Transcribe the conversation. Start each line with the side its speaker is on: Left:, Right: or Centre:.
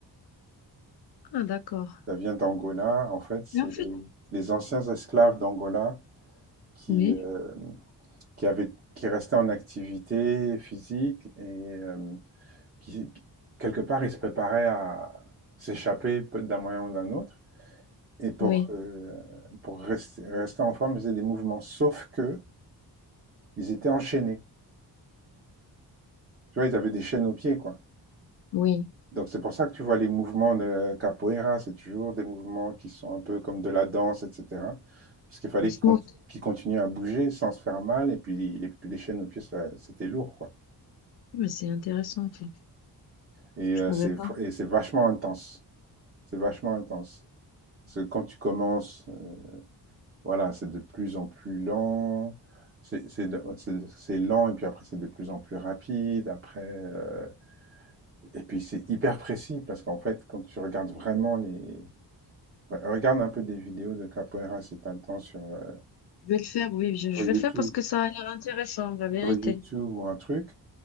Left: Ah, d'accord.
Right: Ça vient d'Angola. En fait, c'est
Left: mais en fait,
Right: les, les anciens esclaves d'Angola qui,
Left: Oui,
Right: euh, qui avaient, qui restaient en activité physique et euh, qui, quelque part, ils se préparaient à s'échapper peut- d'un moyen ou d'un autre. Et pour,
Left: oui,
Right: euh, pour rester, rester en forme, ils faisaient des mouvements. Sauf que ils étaient enchaînés. Tu vois, ils avaient des chaînes aux pieds, quoi.
Left: oui.
Right: Donc c'est pour ça que tu vois les mouvements de capoeira, c'est toujours des mouvements qui sont un peu comme de la danse, etc. Parce qu'il fallait
Left: mais
Right: qu'ils
Left: smooth.
Right: conti- qu'ils continuent à bouger sans se faire mal, et puis les, les chaînes aux pieds, ça- c'était lourd, quoi.
Left: Mais c'est intéressant, ça.
Right: Et
Left: Je
Right: euh,
Left: savais
Right: c'est
Left: pas.
Right: et c'est vachement intense. C'est vachement intense. Parce que quand tu commences, euh, voilà, c'est de plus en plus lent. C'est c'est de- c'est- c'est lent, et puis après c'est de plus en plus rapide. Après, euh, et puis c'est hyper précis, parce qu'en fait, quand tu regardes vraiment les Re- Regarde un peu des vidéos de capoeira si t'as le temps sur, euh,
Left: Je vais le faire, oui, je,
Right: sur
Left: je vais
Right: YouTube,
Left: le faire parce que ça a l'air intéressant, la vérité.
Right: sur YouTube ou un truc.